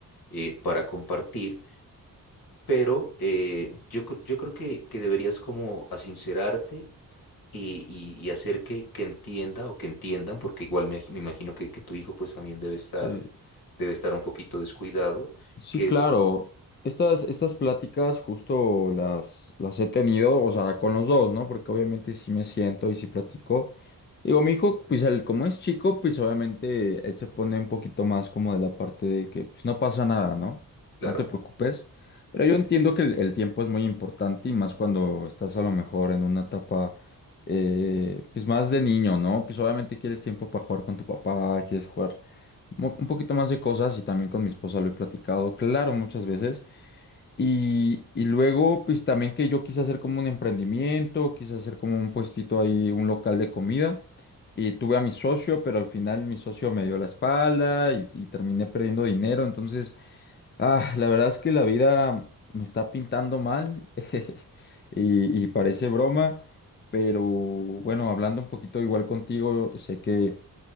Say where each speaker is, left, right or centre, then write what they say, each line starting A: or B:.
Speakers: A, on the left; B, on the left.
A: eh, para compartir, pero eh, yo, cre- yo creo que, que deberías como asincerarte y, y- y hacer que, que entienda o que entiendan, porque igual me, me imagino que, que tu hijo pues también debe estar,
B: sí.
A: debe estar un poquito descuidado,
B: Sí,
A: que
B: claro.
A: es,
B: Estas, estas pláticas justo las, las he tenido, o sea, con los dos, ¿no? Porque obviamente sí me siento y sí platico. Digo, mi hijo, pues él, como es chico, pues obviamente él se pone un poquito más como de la parte de que pues no pasa nada, ¿no?
A: claro,
B: No te preocupes. Pero yo entiendo que el, el tiempo es muy importante y más cuando estás a lo mejor en una etapa, eh, pues más de niño, ¿no? Pues obviamente quieres tiempo para jugar con tu papá, quieres jugar mo- un poquito más de cosas y también con mi esposa lo he platicado, claro, muchas veces. Y, y luego, pues también que yo quise hacer como un emprendimiento, quise hacer como un puestito ahí, un local de comida. Y tuve a mi socio, pero al final mi socio me dio la espalda y, y terminé perdiendo dinero. Entonces, ah, la verdad es que la vida me está pintando mal <laughs> y, y parece broma. Pero bueno, hablando un poquito igual contigo, sé que